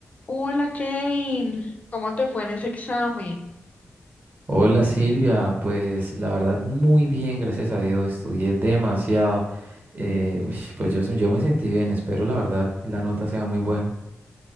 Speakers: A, on the left; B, on the right.
A: Hola Kevin, ¿cómo te fue en ese examen?
B: Hola Silvia, pues la verdad muy bien, gracias a Dios, estudié demasiado. Eh, ush, pues yo, yo me sentí bien, espero la verdad la nota sea muy buena.